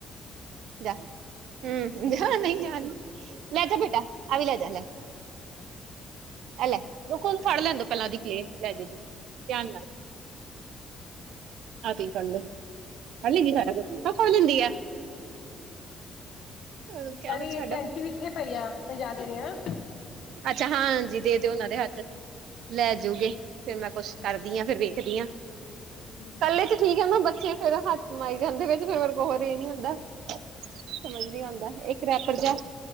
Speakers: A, on the right; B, on the left.
A: ਜਾ ਹਮ ਜਾ ਨਹੀਂ। ਲੈਜਾ ਬੇਟਾ ਆਵੀ ਲੈਜਾ ਲੈ। ਐ ਲੈ ਰੁਕੋ, ਉਹਨੂੰ ਫੜ ਲੈਂਦਾ ਪਹਿਲਾਂ ਉਹਦੀ ਕਲੇ ਲੈ ਜੇ ਗਈ ਧਿਆਨ ਨਾਲ। ਹੱਥ ਚ ਫੜਲੋ, ਫੜ ਲਗੀ ਸਾਰਾ ਕੁਛ ਆਹ ਫੜ ਲੈਂਦੀ ਆ। ਉਹਨੂੰ ਕਿਆ
B: ਡੇਡੀ
A: ਛੱਡ ਆਓ।
B: ਕੈਂਚੀ ਇਥੇ ਪਈ ਆ ਮਜਾਦੇ ਦੀ ਐ।
A: ਅੱਛਾ ਹਾਂ ਹਾਂਜੀ, ਦੇ ਦਿਓ ਉਹਨਾਂ ਦੇ ਹੱਥ। ਲੈ
B: ਹਾਂਜੀ
A: ਜੂਗੇ, ਫਿਰ ਮੈਂ ਕੁੱਛ
B: ਹਾਂਜੀ
A: ਕਰਦੀ ਆ, ਫਿਰ ਵੇਖਦੀ ਆ।
B: ਜ਼ਰੂਰ
A: ਇਕੱਲੇ
B: ਭੇਜਣਾ।
A: ਚ ਠੀਕ ਏ, ਨਾ ਬੱਚੇ ਫੇਰ ਹੱਥ ਮਾਈ ਜਾਂਦੇ ਫਿਰ ਬਰ ਇਹ
B: ਹੂੰ
A: ਨੀ ਹੁੰਦਾ, ਸਮਝ ਨੀ ਆਉਦਾ ਇੱਕ ਕਰੈਪਰ ਜਹਾ।